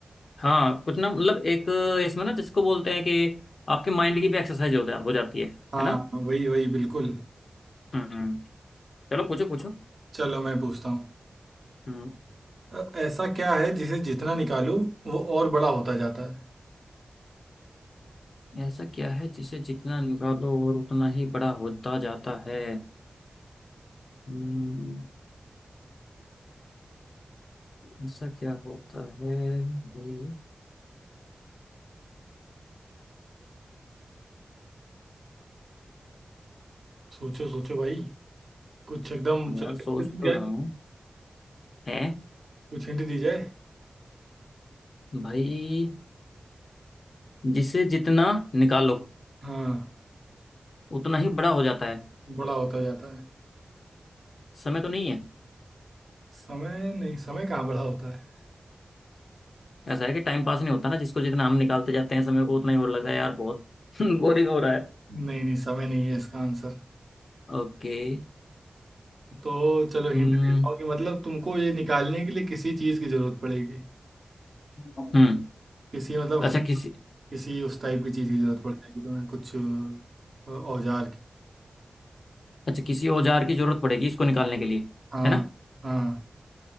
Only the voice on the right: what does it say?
हाँ
हाँ, वही वही बिल्कुल
चलो मैं पूछता हूँ
अ, ऐसा क्या है जिसे जितना निकालो वो और बड़ा होता जाता है
सोचो सोचो भाई कुछ एकदम
चलो
तुम
क्या
कुछ हिंट दी जाए
हाँ
बड़ा होता जाता है
समय नहीं समय कहाँ बड़ा होता है
नहीं नहीं समय नहीं है इसका आंसर
तो चलो हिंट
देता हूँ कि मतलब तुमको ये निकालने के लिए किसी चीज़ की जरूरत पड़ेगी
किसी मतलब हथ-
किसी उस टाइप की चीज़ की जरूरत पड़ जाएगी तुम्हें कुछ अ, औजार की
हाँ
हाँ